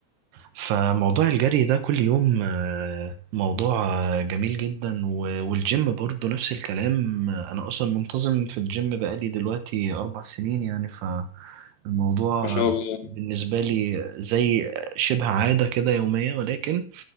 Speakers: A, on the right; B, on the left.
A: فموضوع الجري ده كل يوم آه، موضوع آه، جميل جدا و- والجيم برضو نفس الكلام آه، أنا أصلا منتظم في الجيم بقالي دلوقتي أربع سنين يعني فالموضوع
B: ما شاء الله
A: بالنسبة لي زي شبه عادة كده يومية ولكن